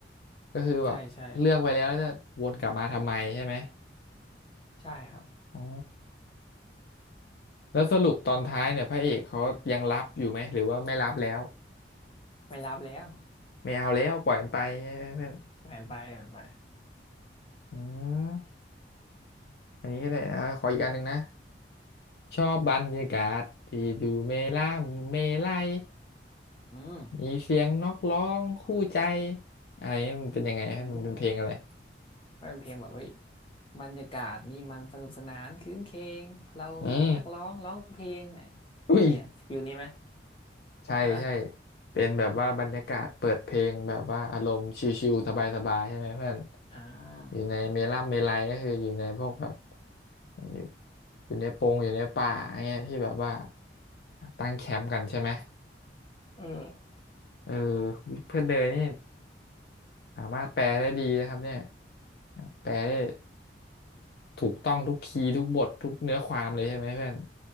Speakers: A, on the left; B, on the left.
A: ก็คือแบบเลือกไปแล้วแล้วจะวนกลับมาทำไมใช่ไหม
B: ใช่ใช่ใช่ครับ
A: อ๋อแล้วสรุปตอนท้ายเนี่ยพระเอกเขายังรับอยู่ไหมหรือว่าไม่รับแล้ว
B: ไม่รับแล้ว
A: ไม่เอาแล้วปล่อยมันไปใช่ไหมเพื่อน
B: แหวนไปแหวนไป
A: อืมอันนี้ก็ได้อ่าขออีกอันหนึ่งนะ ชอบบรรยากาศที่ดูเมล่ามเมไลย
B: อืม
A: มีเสียงนกร้องคู่ใจอะไรมันเป็นยังไงครับมันเป็นเพลงอะไร
B: อืมก็เป็นเพลงแบบเฮ้ยบรรยากาศนี่มันสนุกสนานครื้นเคงเรามีนักร้องร้องเพลงเนี่ย
A: อืมอุ้ย
B: เนี่ยฟิลนี้ไหม
A: <laughs> ใช่ใช่
B: ใช่ปะ
A: เป็นแบบว่าบรรยากาศเปิดเพลงแบบว่าอารมณ์ชิลๆสบายๆใช่ไหมเพื่อน
B: อ่า
A: อยู่ในเมล่ามเมไลยก็คืออยู่ในพวกแบบอยู่อยู่ในปงอยู่ในป่าเงี้ยที่แบบว่าตั้งแคมป์กันใช่ไหม
B: เออ
A: เออเพื่อนเนยนี่ สามารถแปลได้ดีนะครับเนี่ยแปลได้ถูกต้องทุกคีย์ทุกบททุกเนื้อความเลยใช่ไหมเพื่อน